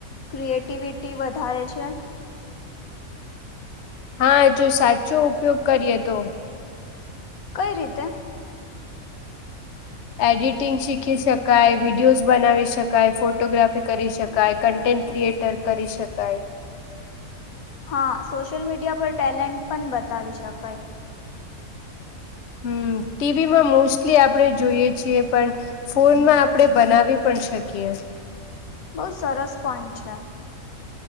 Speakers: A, on the left; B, on the left.
A: ક્રિએટિવિટી વધારે છે.
B: હા જો સાચો ઉપયોગ કરીએ તો
A: કઈ રીતે
B: એડિટિંગ શીખી શકાય, વિડિયોઝ બનાવી શકાય, ફોટોગ્રાફી કરી શકાય, કન્ટેન્ટ ક્રિએટર કરી શકાય.
A: હા સોશિયલ મીડિયા પર ટેલેન્ટ પણ બતાવી શકાય.
B: હમ ટીવીમાં મોસ્ટલી આપણે જોઈએ છીએ પણ ફોનમાં આપણેે બનાવી પણ શકીએ.
A: બઉ સરસ પોઈન્ટ છે.